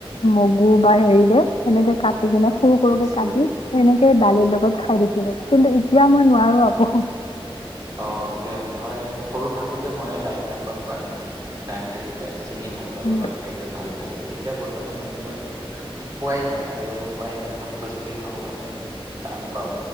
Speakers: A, on the left; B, on the right.
A: মগু বা হৰি যে সেনেকে কাটি
B: অ
A: কিনে সৰু সৰুকে
B: মিক্স
A: কাটি
B: কৰি
A: তেনেকে দালিৰ
B: অ
A: লগত খাই দিওঁ কছিলো কিন্তু এতিয়া মই নোৱাৰো আকৌ
B: অকে হয় সৰু থাকোতে মই লাই শাকৰ পাণ দান দাকি চিঙি ভাতৰ
A: উম,
B: লগত খাইছে ভাল পাইছো এতিয়া বৰ্তমান এনেকুৱাকে খোৱাই নাই আৰু মই এনেকে শাক পাচলি খাবৰ কাৰণে টান পাও